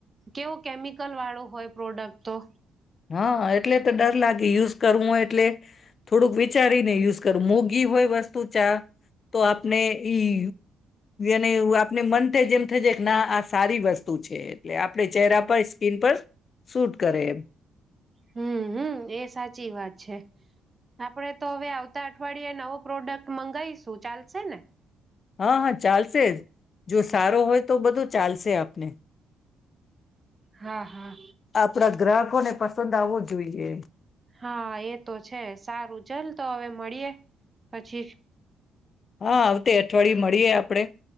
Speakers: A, on the right (about 25°); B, on the left (about 45°).
A: કેવો કેમિકલ વાળો હોય પ્રોડક્ટ તો.
B: હા એટલે તો દાદા લે યુઝ કરવું હોય એટલે થોડુંક વિચારી ને યુઝ કરવું મોગી હોય વસ્ત તું ચા તો આપને ઈ ને એવું આપને મન થય જેમ થ કે ના આ સારી વસ્તુ છે એટલે આપણે ચહેરા પર સ્કિન પર સૂટ કરે
A: હમ હમ એ સાચી વાત છે આપડે તો હવે આવતા અઠવાડિયે નવો પ્રોડક્ટ મંગાઈશું ચાલશે ને
B: હા હા ચાલશે જ જો સારો હોય તો બધુ ચાલસે આપને
A: હા હા
B: આપડા ગ્રાહકો ને પ સંદ આવવો જોઈએ
A: હા એ તો છે સારું ચલ તો હવે મળીયે પછી
B: હા આવતે અઠવાડીયે મળ રીએ આપડે